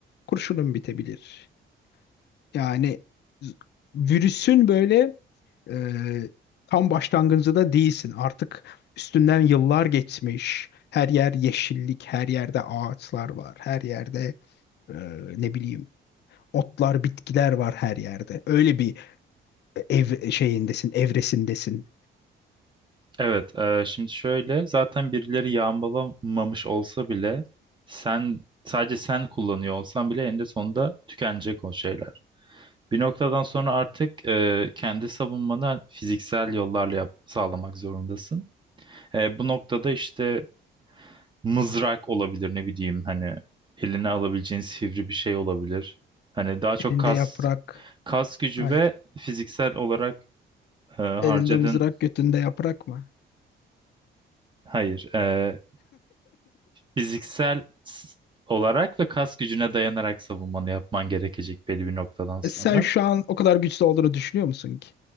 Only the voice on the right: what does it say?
evet e, şimdi şöyle zaten birileri yağmalamamış olsa bile sen sadece sen kullanıyor olsan bile eninde sonunda tükenecek o şeyler. Bir noktadan sonra artık e, kendi savunmanı fiziksel yollarla yap- sağlamak zorundasın. E, bu noktada işte mızrak olabilir ne bileyim hani eline alabileceğin sivri bir şey olabilir. Hani daha çok
kas
Kas gücü
ve fiziksel olarak e, harcadığın,
hayır, e, fiziksel s- olarak ve kas gücüne dayanarak savunmanı yapman gerekecek belli bir noktadan sonra.